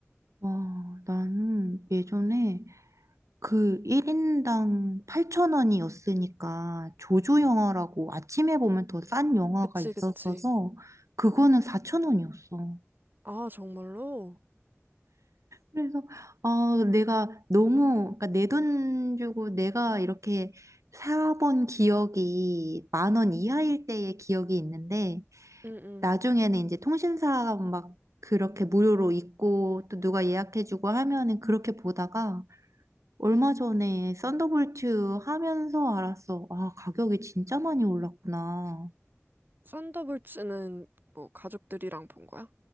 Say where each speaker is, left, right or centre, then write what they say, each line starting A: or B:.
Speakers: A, on the right (about 80°); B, on the right (about 40°).
A: 와, 나는 예전에 그 1인당 8,000원이었으니까 조조 영화라고 아침에 보면 더 싼 영화가
B: 그치,
A: 있었어서
B: 그치.
A: 그거는 4,000원이었어.
B: 아, 정말로?
A: 그래서 아 내가 너무 그러니까 내 돈 주고 내가 이렇게 사본 기억이 만 원 이하일 때의 기억이 있는데
B: 응, 응.
A: 나중에는 이제 통신사 막 그렇게 무료로 있고 또 누가 예약해주고 하면은 그렇게 보다가 얼마 전에 썬더볼트 하면서 알았어. 아, 가격이 진짜 많이 올랐구나.
B: 썬더볼츠는 뭐 가족들이랑 본 거야?